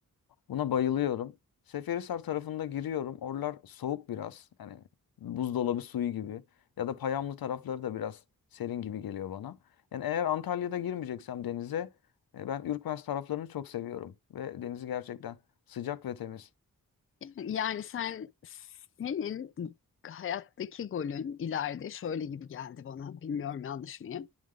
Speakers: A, on the left; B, on the left.
A: buna bayılıyorum. Seferihisar tarafında giriyorum. Oralar soğuk biraz. Yani buzdolabı suyu gibi ya da Payamlı tarafları da biraz serin gibi geliyor bana. Yani eğer Antalya'da girmeyeceksem denize e, ben Ürkmez taraflarını çok seviyorum ve denizi gerçekten sıcak ve temiz.
B: Yani, yani sen senin hayattaki golün ileride şöyle gibi geldi bana. Bilmiyorum yanlış mıyım?